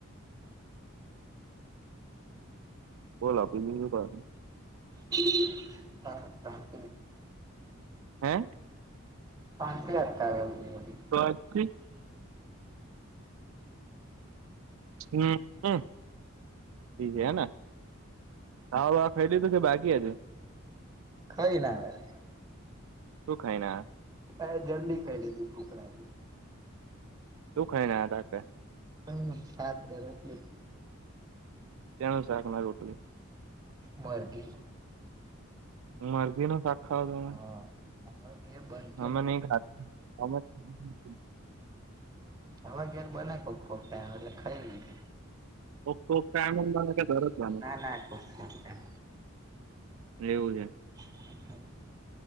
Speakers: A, on the right (about 80°); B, on the right (about 20°).
A: બોલો બીજું કરો.
B: <inaudible> હા હા.
A: હે.
B: પાછી અટકાવે અમને વળી.
A: <unintelligible> હમ્મ હ ઠીક હે ન. ખાવા બાવા ખાઈ લીધું કે બાકી હજી
B: ખઈ ન આયા.
A: શું ખાઈન આયા?
B: હ જલ્દી ખાઈ લીધું ભૂખ લાગી.
A: શું ખાઈન આયા રાતે.
B: હ શાક ને રોટલી.
A: ત્યાં શાકને રોટલી
B: મરઘી.
A: મરઘીનું શાક ખાવા ગયા.
B: હા <unintelligible>
A: અમે નઈ ખાતા <unintelligible>
B: હવે ઘેર બને કોક કોક ટાઈમ એટલે ખાઈ લઈએ.
A: કોક કોક ટાઈમ જ બને કે દરરોજ બને
B: ના ના કોક કોક ટાઈમ.
A: એવું છે.
B: <inaudible>